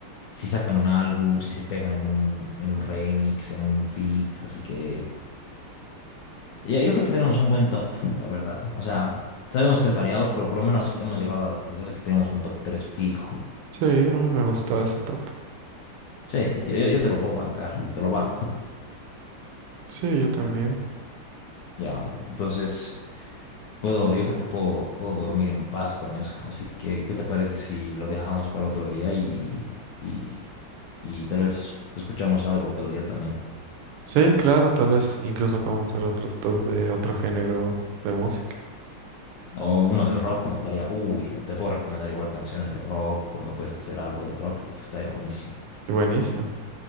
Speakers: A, on the left (about 70°); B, on the right (about 85°).
A: si sacan un álbum, si se pegan en un, en un remix, en un feat. Así que ya- yo creo que tenemos un buen top, la verdad. O sea, sabemos que es variado, pero por lo menos hemos llegado a la conclusión de que tenemos un top 3 fijo.
B: Sí, a mí me gustaba ese top.
A: Sí, yo, yo, yo te lo puedo bancar, te lo banco.
B: Sí, yo también.
A: Ya, entonces. Puedo, yo creo que puedo, puedo dormir en paz con eso. Así que, ¿qué te parece si lo dejamos para otro día y, y, y tal vez escuchamos algo otro día también?
B: Sí, claro, tal vez incluso podemos hacer otros tops de otro género de música.
A: O uno de rock, me estaría, uy, te puedo recomendar igual canciones de rock o me puedes hacer algo de rock, uf, estaría buenísimo.
B: Buenísimo.